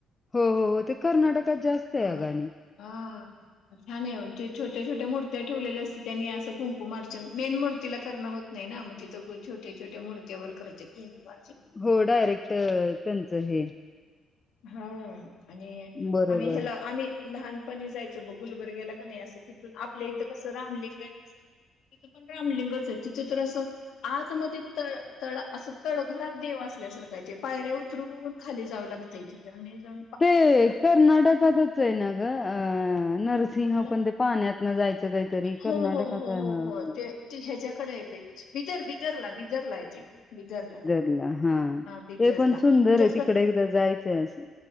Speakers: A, on the left (about 20°); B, on the left (about 65°).
A: हो हो ते कर्नाटकात जास्त आहे
B: हा
A: अगाने
B: हा हा छान आहे छोट्या छोट्या मूर्त्या ठेवल्या असते त्यांनी असं कुंकुमार्चन मेन मूर्तीला करणं होतं नाही ना मग तिथं छोट्या छोट्या मुर्त्यावर करते कुकुमारचंन
A: हो डायरेक्ट त्यांचं हे
B: हा आणि
A: बरोबर
B: आम्ही हेला आम्ही लहान पण जायचं ब गुलबर्ग्याला का नाही असं तिथून आपल्या इथं कसं रामलिंग आहे तसं तिथं पण रामलिंगच आहे तिथं तर असं आजमध्ये तळ त असं तळघरात देव असल्यासार काय ते पायऱ्या उतरून खाली जाव लागत तिथ जाऊ
A: ते कर्नाटकातच आहे ना ग नरसिंह
B: कुठलं
A: पण ते पाण्यातन जायचं काहीतरी
B: हो
A: कर्नाटकात
B: हो हो
A: ह ह
B: हो हो ते ह्याच्याकडे बिदर बिदरला बिदरला आहे ते बिदरला
A: हा
B: बिदरला
A: ते पण सुंदर
B: म्हणजे
A: आहे तिकडे एकदा जायचंय असं